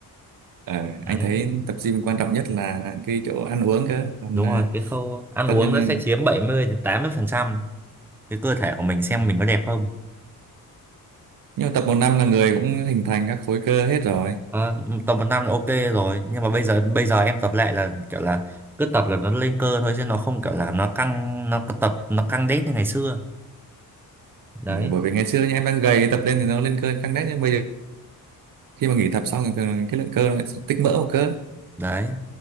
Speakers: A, on the right; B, in the centre.
A: Ờ,
B: Đấy,
A: anh thấy tập gym quan trọng nhất là cái chỗ ăn uống cơ còn
B: đúng
A: là
B: rồi, cái khâu ăn
A: tất
B: uống
A: nhiên
B: nó
A: là-
B: sẽ chiếm 70 đến 80% cái cơ thể của mình xem
A: ừ.
B: mình có đẹp không.
A: nhưng mà tập một năm là người cũng hình thành các khối cơ hết rồi
B: Ờ, tầm một năm là ok rồi, nhưng mà bây giờ bây giờ em tập lại là kiểu là cứ tập là nó lên cơ thôi chứ nó không kiểu là nó căng nó tập nó căng đét như ngày xưa. Đấy,
A: Ờ, bởi vì ngày xưa nha, em đang gầy tập lên thì nó lên cơ căng đét nhưng bây giờ khi mà nghỉ tập xong thì thường là cái lượng cơ nó lại tích mỡ vào cơ
B: đấy.